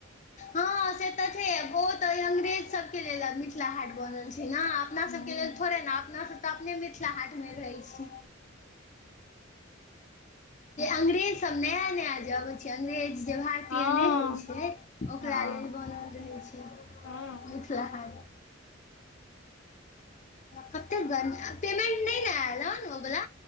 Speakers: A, on the left (about 40°); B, on the left (about 80°).
A: हँ से तऽ छैहे बहुत अइ अंग्रेज सब के लेल मिथिला हाट बनल छै ने अपना
B: हूँ
A: सबके लेल थोड़े ने अपना सब अपने मिथिला हा मे रह छी अंग्रेज सब नया नया जे अबै छै अंग्रेज जे भारतीय
B: हँ
A: नहि होइ छै ओकरा
B: हँ
A: लेल बनल रहै छै
B: हँ
A: मिथिला हा कतेक घर पेमेंट नहि ने आयल ने ओ बला